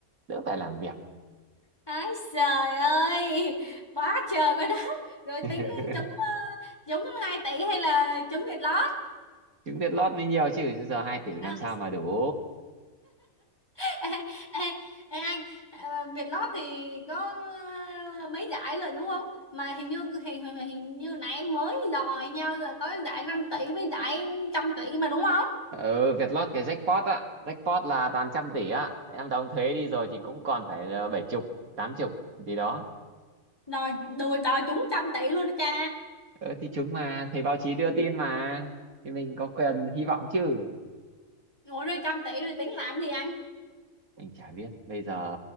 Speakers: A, on the right; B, on the left.
A: đỡ phải làm việc
B: Ái trời ơi, quá trời quá đất, rồi tính
A: <laughs>
B: trúng ờ, trúng 2 tỷ hay là trúng Việt lót.
A: trúng Vietlott mới nhiều chứ giờ 2 tỷ làm
B: Ái,
A: sao mà đủ
B: ê, ê, ê, anh, ờ, Việt lót thì có ờ, mấy giải rồi đúng không? Mà hình như hình, hình hình như nãy em mới dò nhau là có giải 5 tỷ với giải trăm tỷ mà đúng không?
A: ừ Vietlott cái jackpot á jackpot là toàn trăm tỷ á em đóng thuế đi rồi thì cũng còn phải ờ, bảy chục tám chục gì đó
B: Đòi đòi, đòi trúng trăm tỷ luôn đó cha.
A: ờ, thì chúng mà thấy báo chí đưa tin mà thì mình có quyền hy vọng chứ
B: Ủa rồi trăm tỷ rồi tính làm gì anh?
A: anh chả biết bây giờ